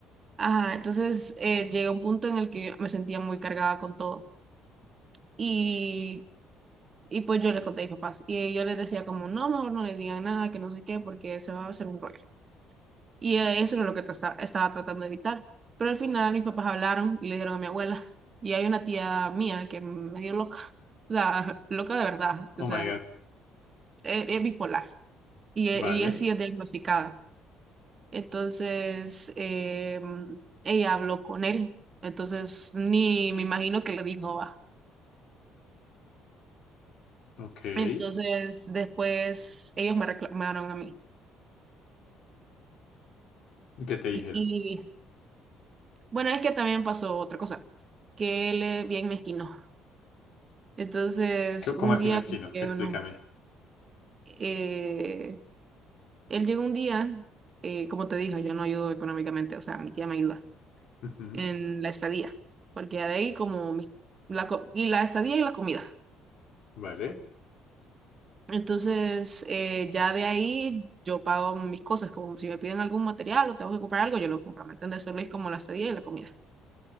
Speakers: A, on the right; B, on the left.
A: Ajá, entonces eh, llegué a un punto en el que me sentía muy cargada con todo. Y, y pues yo les conté a mis papás. Y yo les decía como, no, mejor no le digan nada, que no sé qué, porque se va a hacer un rollo. Y eh, eso era lo que tra- estaba tratando de evitar. Pero al final mis papás hablaron y le dijeron a mi abuela. Y hay una tía mía que me dio loca. O sea, <laughs> loca de verdad.
B: Oh
A: O sea,
B: my God.
A: es, es bipolar y, e-
B: Vale,
A: y él sí es diagnosticada. Entonces, eh, ella habló con él. Entonces, ni me imagino que le dijo, va.
B: ok. ¿Y
A: Entonces, después ellos me reclamaron a mí.
B: ¿Qué te dijeron?
A: Y bueno, es que también pasó otra cosa, que él es bien mezquino. Entonces,
B: ¿Qué-
A: un
B: ¿Cómo así
A: día,
B: mezquino?
A: como que
B: Explícame.
A: uno, eh, él llegó un día, eh, como te dije, yo no ayudo económicamente, o sea, mi tía me ayuda.
B: Ujú.
A: en la estadía, porque ya de ahí como mi- la, co- y la estadía y la comida.
B: Vale,
A: Entonces, eh, ya de ahí yo pago mis cosas, como si me piden algún material o tengo que comprar algo, yo lo compro, ¿me entiendes? Solo es como la estadía y la comida.